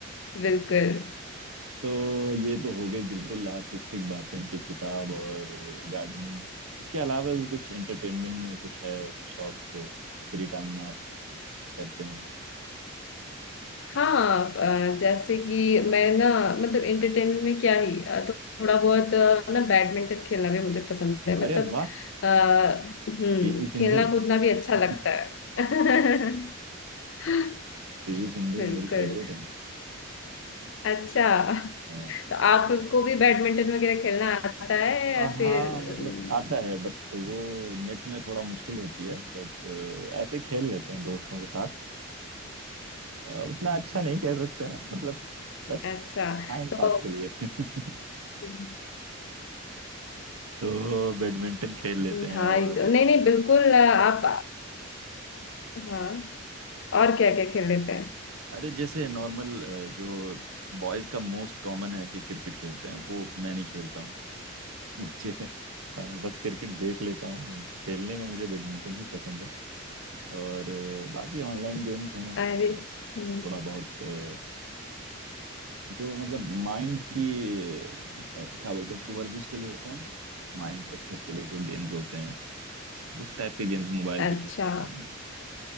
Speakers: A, on the left; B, on the right.
A: बिल्कुल
B: तो ये तो हो गई बिल्कुल आर्टिस्टिक बातें कि किताब और गार्डनिंग उसके अलावा भी कुछ एंटरटेनमेंट में कुछ है शौक जो फ्री टाइम में आप करते हो
A: हाँ अ, जैसे कि मैं ना मतलब एंटरटेनमेंट में क्या ही अ, तो थोड़ा बहुत अ, ना बैडमिंटन खेलना भी मुझे पसंद है मतलब
B: अरे वाह
A: आ, हम्म
B: पीवी सिंधु
A: खेलना
B: <laughs>
A: कूदना भी अच्छा लगता है <laughs>
B: पीवी सिंधु
A: बिल्कुल
B: मेरी फेवरेट है
A: अच्छा
B: आ,
A: तो आपको भी बैडमिंटन वगैरह खेलना आता है या
B: हाँ
A: फिर
B: मतलब
A: अम,
B: आता है बट वो नेट में थोड़ा मुश्किल होती है बट ऐसे खेल लेते हैं दोस्तों के साथ अ, उतना अच्छा नहीं कह सकते हैं मतलब बस
A: अच्छा
B: टाइम
A: तो
B: पास के लिए <laughs>
A: अम,
B: तो बैडमिंटन खेल लेते हैं
A: हाँ
B: और
A: ये तो- नहीं नहीं बिल्कुल अ, आप हाँ और क्या क्या खेल लेते हैं
B: अरे जैसे नॉर्मल जो बॉयज का मोस्ट कॉमन है कि क्रिकेट खेलते हैं वो मैं नहीं खेलता हूँ <laughs> मुझे अ, बस क्रिकेट देख लेता हूँ खेलने में मुझे बैडमिंटन ही पसंद है और अ, बाकी ऑनलाइन गेम्स हैं
A: अरे
B: जो
A: हम्म,
B: थोड़ा बहुत अ, जो मतलब माइंड की अ, क्या बोलते हैं उसको वर्जिश के लिए होता है ना माइंड प्रैक्टिस के लिए जो गेम्स होते हैं उस टाइप के गेम्स मोबाइल
A: अच्छा
B: पे खेल लेता हूँ